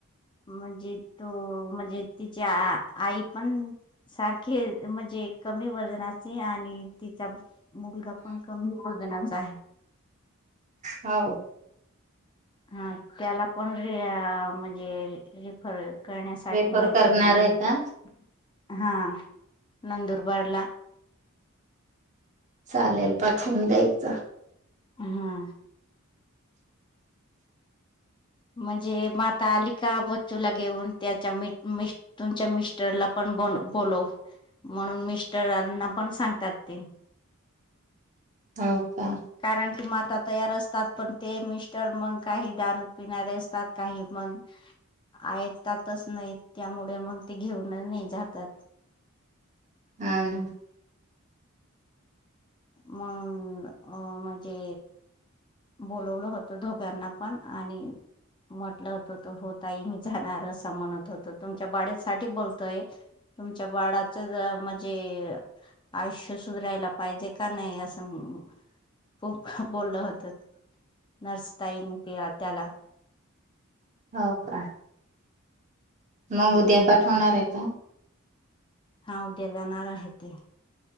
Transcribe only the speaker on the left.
म्हणजे तो म्हणजे तिची आ आई पण सारखे म्हणजे कमी वजनाचे आणि तिचा मुलगा पण कमी वजनाचा आहे.
हा त्याला पण र म्हणजे रिफर करण्यासाठी
माहिती
दिली
होती,
हा नंदुरबारला.
हम्म. म्हणजे माता अली का बच्चूला घेऊन त्याच्या मि मिस् तुमच्या मिस्टरला पण ब बोलो म्हणून मिस्टरना पण सांगतात ते
कारण की माता तयार असतात पण ते मिस्टर मंग काही दान पिणारे असतात काही पण आहेत तातच नाही त्यामुळे मग ते घेऊन नाही जातात
म्हणून अ म्हणजे बोोलवलं होतं दोघ्यांना पण आणि म्हटलं होतं त हो ताई मी जाणार असं म्हणत होतो तुमच्या बाडसाठीठी बोलतोय तुमच्या बाळाच म्हणजे आयुष्य सुधरायला पाहिजे का नाही असं खूप बोललं होत नर्सतााईन ते त्याला
हम्म
हा उद्या जाणारहती